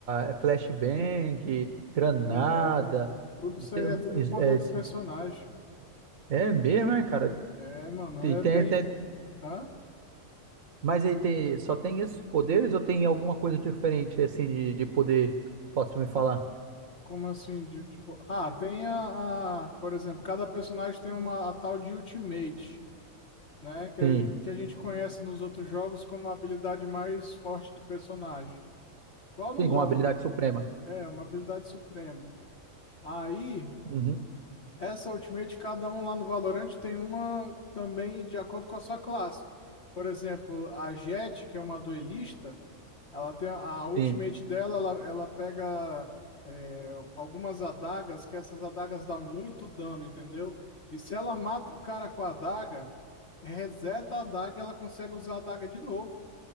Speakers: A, on the right; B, on the left.
A: eh, flashbang, granada.
B: É, tudo isso
A: Isso
B: aí
A: é,
B: é tudo poder
A: isso é,
B: do
A: isso-
B: personagem.
A: é mesmo, é, cara?
B: É, mano,
A: Tem,
B: é
A: tem,
B: bem.
A: tem-
B: Hã?
A: mas aí tem, só tem esses poderes ou tem alguma coisa diferente, assim, de, de poder? Posso me falar?
B: Como assim? de- tipo, ah, tem a, a- Por exemplo, cada personagem tem uma a tal de Ultimate, né? Que, é-
A: Sim,
B: que a gente conhece nos outros jogos como a habilidade mais forte do personagem. Igual no
A: sim,
B: LoL,
A: com uma habilidade suprema.
B: é uma habilidade suprema. Aí.
A: Uhum,
B: Essa Ultimate, cada um lá no Valorant tem uma também de acordo com a sua classe. Por exemplo, a Jett, que é uma duelista, ela tem a Ultimate
A: sim.
B: dela, ela, ela pega é, algumas adagas, que essas adagas dão muito dano, entendeu? E se ela mata o cara com a adaga, reseta a adaga e ela consegue usar a adaga de novo.